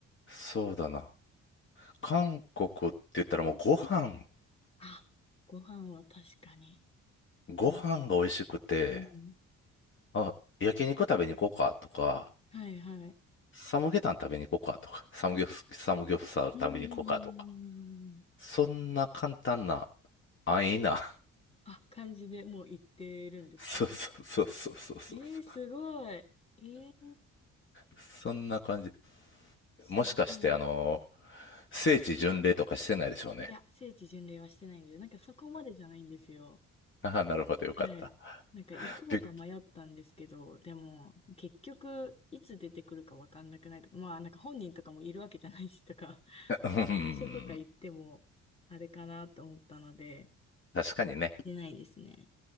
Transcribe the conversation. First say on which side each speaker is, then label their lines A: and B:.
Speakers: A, on the left; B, on the left.
A: そうだな。韓国って言ったらもうご飯、
B: あ、ご飯は確かに
A: ご飯が美味しくて、
B: 美味しい。うん。
A: あ、焼肉食べに行こうかとか、
B: はいはい。
A: サムゲタン食べに行こうかとか、サムギョプ、サムギョプサル食べに行こうかとか、
B: うん。うんうんうんうん
A: そんな簡単な、安易な、
B: あ、感じでもう行ってるんですか
A: <laughs> そうそうそうそうそうそう、
B: ええすごい。ええ
A: そんな感じで。
B: すごい。
A: もしかして、あの、聖地巡礼とかしてないでしょうね。
B: いや、聖地巡礼はしてないんで、なんかそこまでじゃないんですよ。
A: ああ、なるほど、よかった。
B: はい。なんか行こうか迷ったんですけど、
A: びっ
B: でも、結局、いつ出てくるかわかんなくないとか、まあ、なんか本人とかもいるわけじゃないしとか、
A: うん、
B: 事務所とか行っても、あれかなと思ったので、
A: 確かにね。
B: 出ないですね。